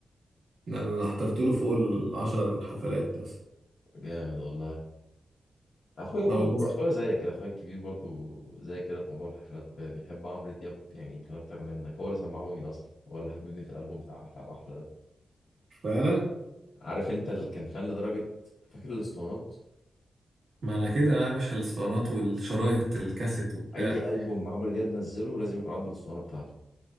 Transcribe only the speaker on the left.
جامد والله اخويا برضو
اخويا زيك كده اخويا الكبير برضو زي كده في موضوع الحفلات وكده بيحب عمرو دياب يعني يمكن اكتر منك هو اللي سمعوني اصلا هو اللي حببني في الالبوم بتاع احلى واحلى ده
عارف انت اللي كان فان لدرجة فاكر الاسطوانات
اي البوم عمرو دياب نزله لازم يكون عنده الاسطوانة بتاعته